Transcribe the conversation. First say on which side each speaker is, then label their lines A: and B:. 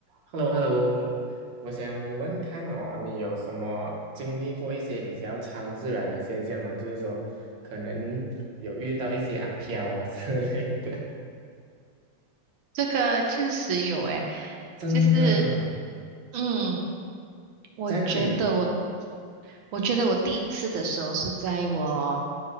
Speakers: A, on the right; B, on the right.
A: h e l l o h e l l o 我想问看哦，你有什么经历过一些比较超自然的现象吗？就是说，可能有遇到一些阿飘啊之类的。
B: 这个确实有诶，
A: 真的，
B: 就是嗯，我觉得我，
A: 在那里，
B: 我觉得我第一次的时候是在我